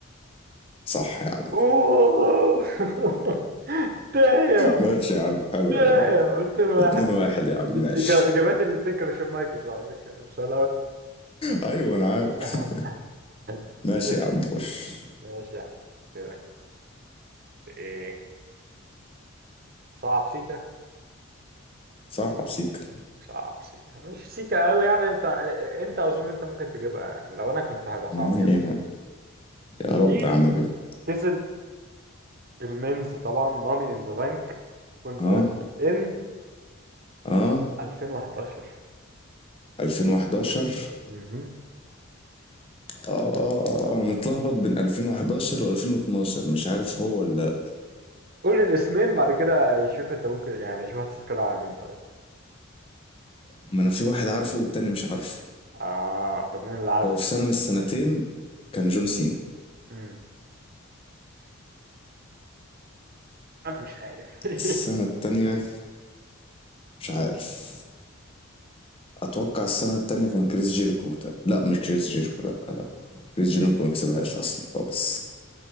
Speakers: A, on the left; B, on the right.
A: صح يا عم
B: اوه <laughs> دايم
A: ماشي يا عم حلو
B: دايم
A: يا عم
B: اتنين واحد
A: اتنين واحد يا عم
B: الإجا-
A: ماشي
B: اجابات اللي تذكر شون مايكلز على فكره السؤال الاول
A: ايوه انا عارف
B: <laughs>
A: ماشي
B: ماشي
A: يا عم خش
B: ماشي يا عم كده ايه صعب سيكا
A: صعب سيكا
B: صعب سيكا مش سيكا قوي يعني انت انت اظن انت ممكن تجيبها يعني لو انا كنت هيبقى صعب
A: ما
B: اجيبها
A: هي يا رب
B: مين
A: يا عم اجيبها
B: كسب المينز طبعا ماني ان ذا بانك كونتراكت
A: اه
B: ان
A: اه
B: 2011
A: 2011
B: مهم.
A: اه انا متلخبط بين 2011 و2012 مش عارف هو ولا لأ.
B: قول الاسمين بعد كده شوف انت ممكن يعني شوف هتستقر على مين طيب
A: ما انا في واحد عارفه والتاني مش عارفه
B: اه طب مين اللي عارفه
A: هو في سنة من السنتين كان جون سينا
B: مم. انا مش عارف <laughs>
A: السنة التانية مش عارف أتوقع السنة التانية كان كريس جيريكو تا- لا مش كريس جيريكو لا لا كريس جيريكو ما كسبهاش أصلا خالص